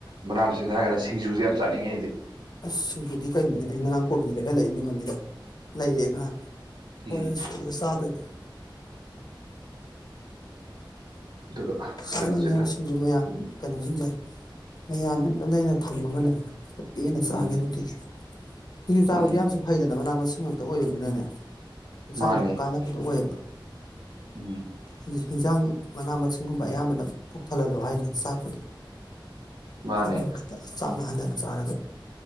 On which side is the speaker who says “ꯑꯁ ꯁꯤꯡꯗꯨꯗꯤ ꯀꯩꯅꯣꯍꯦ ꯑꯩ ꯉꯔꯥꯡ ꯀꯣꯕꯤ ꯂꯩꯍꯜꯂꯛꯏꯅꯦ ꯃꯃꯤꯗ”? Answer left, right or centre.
Left